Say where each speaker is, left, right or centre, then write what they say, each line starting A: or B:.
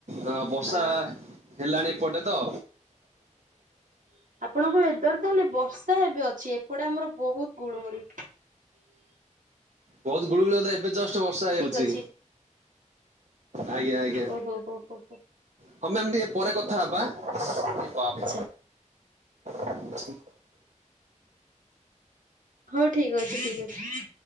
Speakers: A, on the right; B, on the right.
A: ହଁ ବର୍ଷା
B: ଅ
A: ହେଲାଣି ଏପଟେ ତ।
B: ଆପଣଙ୍କ ୱେଦର ତାହେଲେ ବର୍ଷା ଏବେ ଅଛି ଏପଟେ ଆମର ବହୁତ ଗୁଳୁଗୁଳି।
A: ବହୁତ ଗୁଳିୁଗୁଳି ହଉଥିଲା। ଏବେ ଜଷ୍ଟ ବର୍ଷା ହେଉଛି।
B: ଠିକ ଅଛି।
A: ଆଜ୍ଞା ଆଜ୍ଞା
B: ଓହୋ ହୋ ହୋ।
A: ହଁ ମ୍ୟମ୍ ଟିକେ ପରେ କଥା ହେବା ଏ ବାପ
B: ଆଚ୍ଛା
A: <inaudible>
B: ହଉ ଠିକ୍ ଅଛି। ଠିକ୍ ଅ